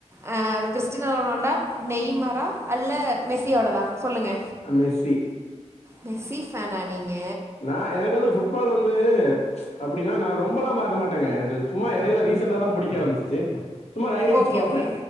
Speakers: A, on the right (about 20°); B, on the left (about 65°).
A: அ கிறிஸ்டினா ரொனால்டா நெய்மரா அல்ல மெஸ்சியோடதா சொல்லுங்க
B: அ மெஸ்சி
A: மெஸ்சி ஃபேனா நீங்க
B: நா எனக்கு வந்து ஃபுட்பால் வந்து அப்டின்னா நா ரொம்பலா பாக்க மாட்டங்க எனக் இது சும்மா எடைல ரீசெண்டா தா புடிக்க ஆரம்மிச்சிச்சி சும்மா ஹைலைட்ஸ்
A: ஓகே
B: பாப்பே
A: ஓகே